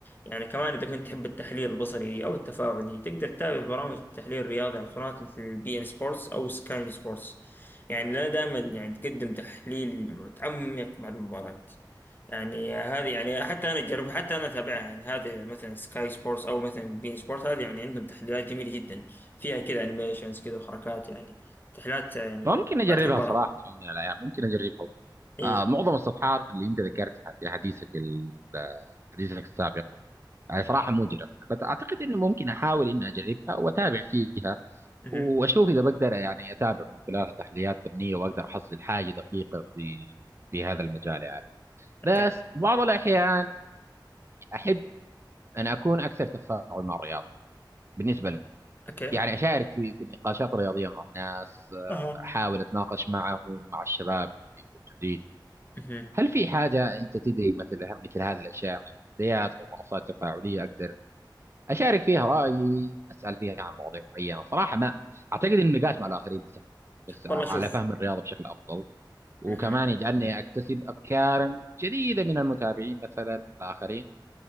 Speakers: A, on the left; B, on the right.
A: يعني كمان إذا كنت تحب التحليل البصري أو التفاعلي تقدر تتابع برامج التحليل الرياضي على القنوات مثل بي إن سبورتس أو سكاي سبورتس يعني لنا دائما يعني تقدم تحليل متعمق بعد المباراة يعني هذه يعني حتى انا جرب حتى انا اتابعها يعني هذه مثلا سكاي سبورتس او مثلا بين سبورت هذه يعني عندهم تحليلات جميله جدا فيها كذا انيميشنز كذا وحركات يعني تحليلات يعني
B: ممكن اجربها
A: بعد تكون برا
B: صراحه في يوم من الايام ممكن اجربهم
A: ايه
B: آه معظم الصفحات اللي انت ذكرتها في حديثك ال- حديثك السابق يعني صراحه مو جربتها بس اعتقد انه ممكن احاول اني اجربها واتابع فيها
A: اها
B: واشوف اذا بقدر يعني اتابع من خلالها تحليلات فنيه واقدر احصل حاجه دقيقه في في هذا المجال يعني بس
A: اوكي
B: بعض الاحيان احب ان اكون اكثر تفاعل مع الرياضه بالنسبه لي
A: اوكي
B: يعني اشارك في في النقاشات الرياضيه مع الناس آه،
A: اها
B: احاول اتناقش معهم مع الشباب اللي موجودين
A: اها
B: هل في حاجة أنت تدري مثل مثل هذه الأشياء من منتديات أو منصات تفاعلية أقدر أشارك فيها رأيي أسأل فيها عن مواضيع معينة صراحة ما أعتقد إن النقاش مع الآخرين بيساعد بس على
A: والله شوف
B: فهم الرياضة بشكل أفضل وكمان
A: اها
B: يجعلني أكتسب أفكارا جديدة من المتابعين مثلا من الآخرين